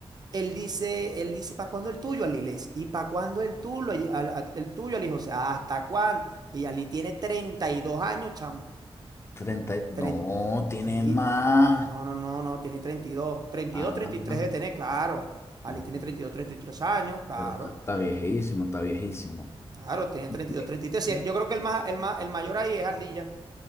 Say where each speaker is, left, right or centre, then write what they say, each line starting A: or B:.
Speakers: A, on the right; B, on the left.
A: él dice, él dice, ¿para cuándo el tuyo, Ali? Le dice, ¿y para cuándo el tuyo, al, al- el tuyo, Ali? O sea, ¿hasta cuándo? Y Ali tiene 32 años, chamo.
B: Treinta y- No,
A: Tren-
B: tiene
A: sí,
B: más.
A: no, no, no, no, tiene treinta treinta y y dos, treinta
B: Ah,
A: y dos, treinta y tres debe tener, claro. Ali
B: no.
A: tiene treinta treinta y dos, treinta y tres años, claro.
B: Pero está está viejísimo, está viejísimo.
A: Claro, tenía 32,
B: Ve,
A: 33. Sí,
B: ve.
A: yo creo que el más, el más, el mayor ahí es Ardilla.